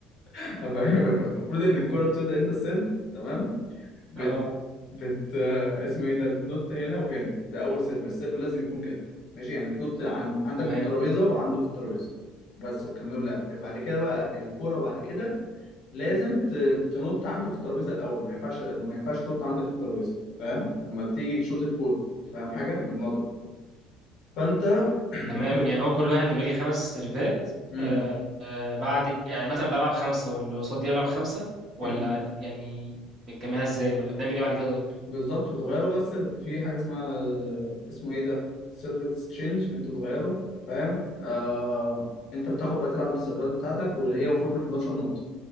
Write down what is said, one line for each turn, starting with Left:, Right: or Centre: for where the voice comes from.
Left: هفهمك المفروض ان الكوره بتبدا انت السيرف تمام بت...
Right: اه
Left: بت آه، اسمه ايه ده بتنط هنا وهنا ده اول سيرف السيرف لازم يكون كده ماشي يعني بتنط عن... عندك
Right: تمام
Left: في الترابيزه وعنده في الترابيزه بس وكملوا لعب بعد كده بقى الكوره بعد كده لازم ت- تنط عنده في الترابيزه الاول ما ينفعش ما ينفعش تنط عندك في الترابيزه فاهم لما تيجي تشوط الكوره فاهم حاجه بالمضرب فانت <clears throat>
Right: تمام
Left: بت
Right: يعني هو كل واحد بيبقى ليه خمس سيرفات
Left: امم
Right: آه آه بعد يعني مثلا بلعب خمسة واللي قصادي يلعب خمسة ولا
Left: امم
Right: يعني بنكملها ازاي ولا بنعمل ايه بعد كده طيب
Left: بالظبط بتغيره بقى السيرف في حاجه اسمها اسمه ايه ده سيرف اكسشينج انت بتغيره فاهم آه... انت بتاخد بقى تلعب السيرفات بتاعتك واللي هي المفروض من 11 نقطه